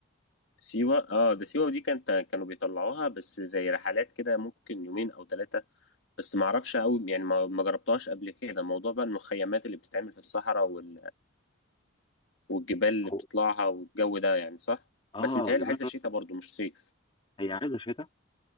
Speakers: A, on the left; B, on the left.
A: سيوه اه ده سيوه دي كانت كانوا بيطلعوها بس زي رحلات كده ممكن يومين او ثلاثه بس ما اعرفش قوي يعني ما ما جربتهاش قبل كده موضوع بقى المخيمات اللي بتتعمل في الصحراء وال... والجبال اللي
B: هو
A: بتطلعها والجو ده يعني صح
B: اه
A: بس متهيألي
B: جبال
A: عايزه
B: رمل.
A: شتاء برضو مش صيف
B: هي عايزة شتاء